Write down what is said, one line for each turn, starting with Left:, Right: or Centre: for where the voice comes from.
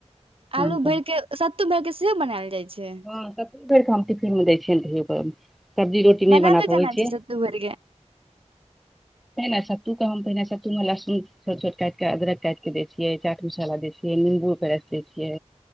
Right: आलू
Centre: आम के
Right: भरि कऽ, सत्तू भरि कऽ सेहो बनायल जाइत छै।
Centre: हँ, कतेक बेर कामती फिल्म दै छै। सब्जी रोटी नह
Right: बनाबे
Centre: बना प
Right: केना
Centre: होइ छै
Right: सत्तू भरि के
Centre: ने सत्तू के हम पहिने स्तू लहसन छोटोट काटिकऽ अदरक काटिक के दै छियै चाट मसाला द छिय निम्बू के रसै छियै